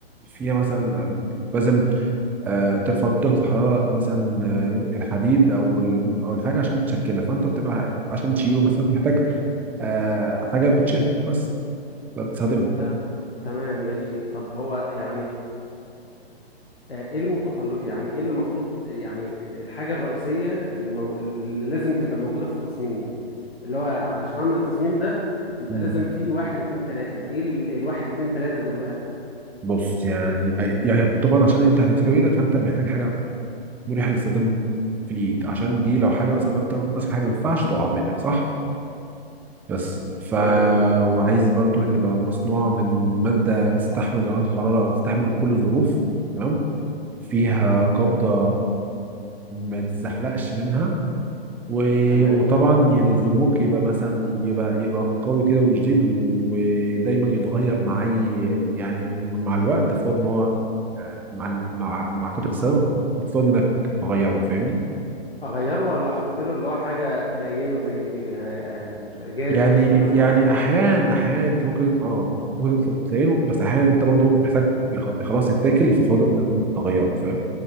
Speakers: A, in the centre; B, on the left.
A: فيها مثلا لازم آه، ترفع درجه الحراره مثلا آه، الحديد او ال- او الحاجه عشان تشكلها فانت بتبقى عشان تشيله مثلا محتاج آه، حاجه بتشيلها بس فبتستخدمها
B: ت... تمام ماشي طب هو يعني آه، ايه المتطلب يعني ايه اللي مطلوب يعني ال- الحاجة الرئيسية اللي, مو... اللي لازم تبقى موجودة في التصميم اللي هو علشان اعمل التصميم ده يبقى
A: مم.
B: لازم فيه واحد اتنين تلاتة ايه ال... الواحد اتنين تلاتة دول بقى
A: بص يعني أي- يعني طبعا عشان انت هتمسكها بايدك فانت محتاج حاجه مريحه للاستخدام في الايد عشان دي لو حاجه مثلا لو انت ماسك حاجه ما ينفعش تقع منك صح؟ بس ف
B: تمام
A: وعايز برضو تبقى مصنوعة من مادة تستحمل درجات الحرارة أو تستحمل كل ظروف تمام فيها قبضة ما تزحلقش منها و...
B: تمام
A: وطبعا يعني الزموك يبقى مثلا يبقى يبقى قوي كده وشديد ودايما يتغير مع أي يعني مع الوقت افترض إن هو آه، مع ال- مع مع كتر السنة المفروض إنك تغيره فاهمني
B: اغيره ولا احط له اللي هو حاجة تلينه زي ج- آه، آه، مش جاز
A: يعني
B: مثلا
A: يعني
B: او حاجة زي كده
A: احيان احيان انت ممكن اه ممكن تبقى بتعينه بس احيانا انت برضو محتاج يخ- خلاص يتاكل ففضل انك تغيره فاهم